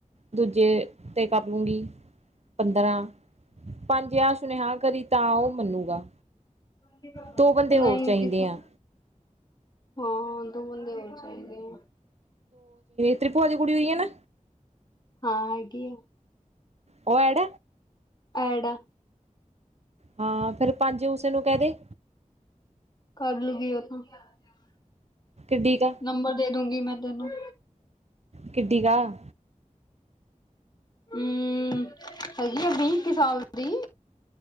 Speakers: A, on the right; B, on the left.
A: ਦੂਜੇ 'ਤੇ ਕਰ ਲੂੰਗੀ ਪੰਦਰਾਂ ਪੰਜ ਆ ਸੁਨੇਹਾ ਕਰੀ ਤਾਂ ਉਹ ਮੰਨੂਗਾ
B: <unintelligible>
A: ਦੋ ਬੰਦੇ
B: ਨਹੀਂ
A: ਹੋਰ ਚਾਹੀਦੇ
B: ਨਹੀਂ ਹਾਂ
A: ਆ
B: ਉਹ ਤਾਂ ਹੈ <inaudible>
A: ਤੇਰੀ ਭੂਆ ਦੀ ਕੁੜੀ ਆਈ ਹੋਈ ਹ ਨਾ
B: ਹਾਂ ਹੈ ਆ
A: ਉਹ ਐਡ
B: ਐਡ ਆ
A: ਹਾਂ ਫੇਿਰ ਪੰਜ ਉਸੇ ਨੂੰ ਕਹ ਦੇ
B: ਕਰ <inaudible>
A: ਕਿੱਡੀ ਕਾ
B: ਨੰਬਰ ਦੇ ਦੂਗੀ ਮੈਂ ਤੈਨੂੰ
A: ਕਿੱਡੀ ਕਾਇਆ
B: ਹਮ ਹੈਗੀ ਆ ਬੀ ਇੱਕੀ ਸਾਲ ਦੀ